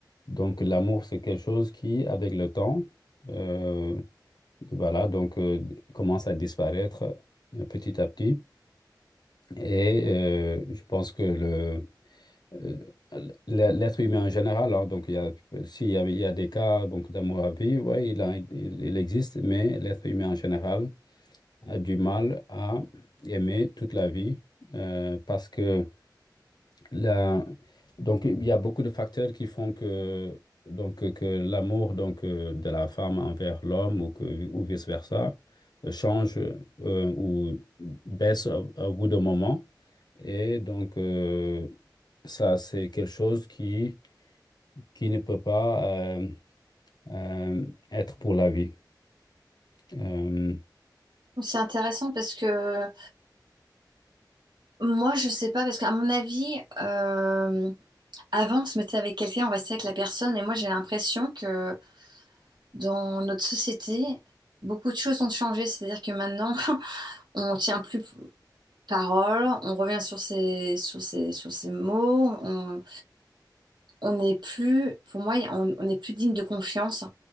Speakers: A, on the left (about 65°); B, on the right (about 75°).
A: donc l'amour c'est quelque chose qui, avec le temps, euh, Voilà, donc euh, commence à disparaître euh, petit à petit. Et euh, je pense que le, euh, l'e- l'être humain en général, hein, donc il y a, s'il y a, il y a des cas donc d'amour à vie, ouais, il a- il, il existe, mais l'être humain en général a du mal à aimer toute la vie euh, parce que la- donc, il y a beaucoup de facteurs qui font que, donc, euh, que l'amour donc, euh, de la femme envers l'homme ou, que- ou vice-versa euh, change euh, ou baisse au, au bout d'un moment. Et donc, euh, ça, c'est quelque chose qui, qui ne peut pas euh, euh, être pour la vie. Euh,
B: c'est intéressant parce que Moi, je sais pas, parce qu'à mon avis, euh, avant, on se mettait avec quelqu'un, on restait avec la personne, et moi, j'ai l'impression que dans notre société, beaucoup de choses ont changé. C'est-à-dire que maintenant, <laughs> on tient plus parole, on revient sur ses, sur ses, sur ses mots, on, on n'est plus, pour moi, on, on n'est plus digne de confiance.